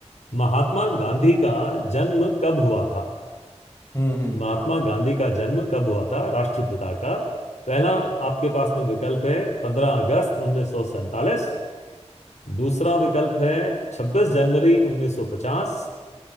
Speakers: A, on the left; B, on the left.
A: महात्मा गांधी का जन्म कब हुआ था
B: हम्म हम्म
A: महात्मा
B: अब
A: गांधी का जन्म कब हुआ था राष्ट्रपिता का पहला आपके पास में विकल्प है पंद्रह अगस्त उन्नीस सौ सैंतालीस दूसरा विकल्प है 26 जनवरी 1950